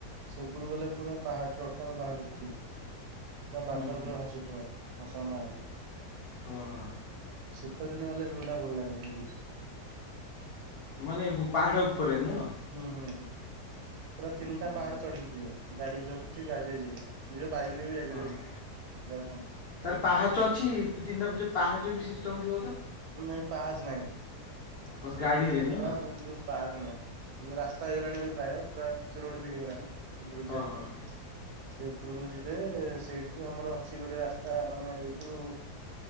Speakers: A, on the right; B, on the left.
A: ସେ ପୁରକୁ ଗଲେ ପୁରା ପାହାଡ ଟୋଟାଲ ପାହାଡ ଦେଖିବେ। ପୁରା ବାଦଲ
B: ହୁଁ ହୁଁ
A: ପୁରା ଭାସୁଥିବ ଭସ ନା
B: ହଁ ହଁ
A: ଶୀତ ଦିନ ହେଲେ ଭିଉ ଟା ଭଲଲାଗେ ସେଠି।
B: ମାନେ ମୁ ପାହାଡ ଉପରେ ନୁହ।
A: ହୁଁ ହୁଁ ହୁଁ ପୁରା ତିନିଟା
B: ହଁ
A: ପାହାଡ ଚଢିକି ଯିବେ ଗାଡି ଯୋ ଅଛି ଗାଡିରେ ଯିବେ। ନିଜ ବାଇକ ରେ ବି ଯାଇପାରିବ
B: ହଁ ହଁ
A: ଯାଉଛ।
B: ତାର ପାହାଚ ଅଛି ତିନିଟା ପାହାଚ ବି ସିଷ୍ଟମ ଥିବ ତ।
A: ନାଇଁ ପାହାଚ ନାହିଁ।
B: ଓ
A: ସେଇଟା
B: ଗାଡ଼ିରେ
A: ଗୋଟେ ଜାଗା
B: ନୁହଁ
A: କିନ୍ତୁ ପାହାଚ ନାହିଁ ଯୋଉ ରାସ୍ତା ହେଇଗଲାଣି ଏ ପ୍ରାୟ ପୁର ପିଚ ରୋଡ ବି ହେଇଗଲାଣି। ଉପରୁ
B: ହଁ
A: ଯବେ
B: ହଁ
A: ସେ ଉପରକୁ ଯିବେ ସେଇଠୁ ଆମର ଅଛି ଗୋଟେ ରାସ୍ତା। ତା ମାନେ ଏଇଠୁ